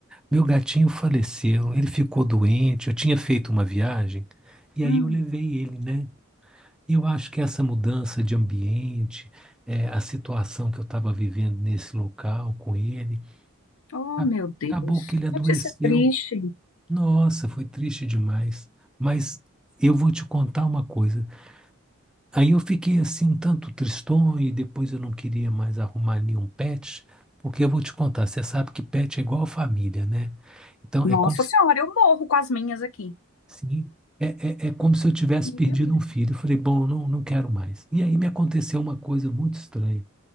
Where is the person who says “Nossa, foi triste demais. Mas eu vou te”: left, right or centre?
Centre